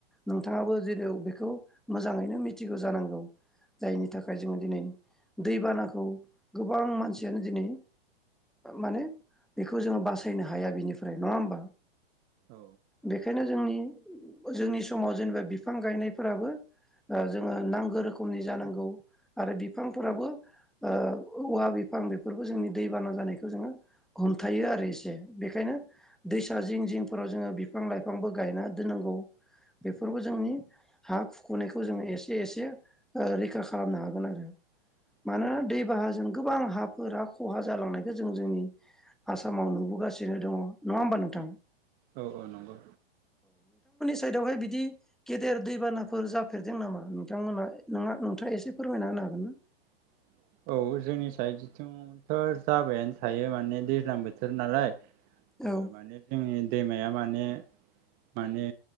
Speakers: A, in the centre; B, on the right.
A: नोंथाङाबो जेन' बेखौ मोजाङैनो मिथिगौ जानांगौ जायनि थाखाय जोङो दिनै दैबानाखौ गोबां मानसियानो दिनै माने बेखौ जोङो बासायनो हाया बिनिफ्राय नङा होमबा।
B: औ
A: बेखायनो जोंनि जोंनि समाव जेनेबा बिफां गायनायफोराबो जोङो नांगौ रोखोमनि जानांगौ आरो बिफांफोराबो ओ औवा बिफां बेफोरबो जोंनि दैबाना जानायखौ जोङो हमथायो आरो एसे बेखायनो दैसा फिसा जिं जिंफोराव जोङो बिफां लाइफांबो गायना दोननांगौ बेफोरबो जोंनि हा खुखुनायखौ जोङो एसे एसे रैखा खालामनो हागोन आरो
B: <inaudible>
A: मानोना दै बाहाजों गोबां हाब फोर खहा जालांनायखौ जों जोंनि आसामाव नुबोगासिनो दङ नङा होमबा नोंथां
B: औ औ नंगौ।
A: साइदावहाय बिदि गेदेर दैबानाफोर जाफेरदों नामा नोंथांमोना न नोंथाङा एसे फोरमायना ना हागोनना
B: <inaudible> औ जोंनि सायाव जिथुथ' जाबायानो थायो माने दैज्लां बोथोर नालाय
A: औ
B: माने जोंनि दैमाया माने माने